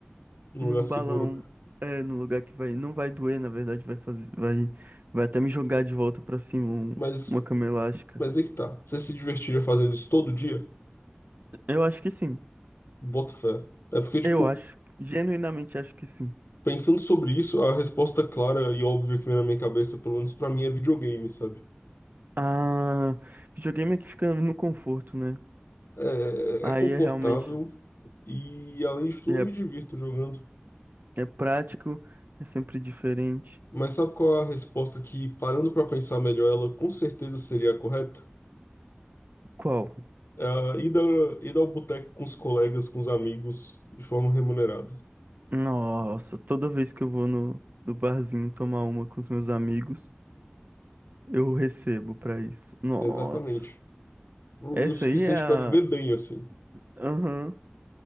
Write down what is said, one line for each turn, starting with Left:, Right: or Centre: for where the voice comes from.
Left: Num
Right: num
Left: lugar seguro.
Right: balão. É, num lugar que vai. Não vai doer, na verdade, vai fazer. Vai, vai até me jogar de volta pra cima um-
Left: Mas,
Right: uma cama elástica.
Left: mas é que tá. Você se divertiria fazendo isso todo dia?
Right: Eu acho que sim.
Left: Boto fé. É porque, tipo,
Right: Eu acho. Genuinamente acho que sim.
Left: pensando sobre isso, a resposta clara e óbvia que vem na minha cabeça, pelo menos pra mim, é videogame, sabe?
Right: Ah, videogame é que fica no conforto, né?
Left: É,
Right: Aí
Left: é é confortável
Right: é realmente.
Left: e, além de tudo,
Right: É,
Left: eu me divirto jogando.
Right: é prático, é sempre diferente.
Left: Mas sabe qual é a resposta que, parando para pensar melhor, ela com certeza seria a correta?
Right: Qual?
Left: É a ida, ida ao boteco com os colegas, com os amigos, de forma remunerada.
Right: Nossa, toda vez que eu vou no, no barzinho tomar uma com os meus amigos, eu recebo pra isso. Nossa,
Left: Exatamente. O-
Right: essa
Left: E o suficiente
Right: aí é a.
Left: para viver bem, assim.
Right: Aham,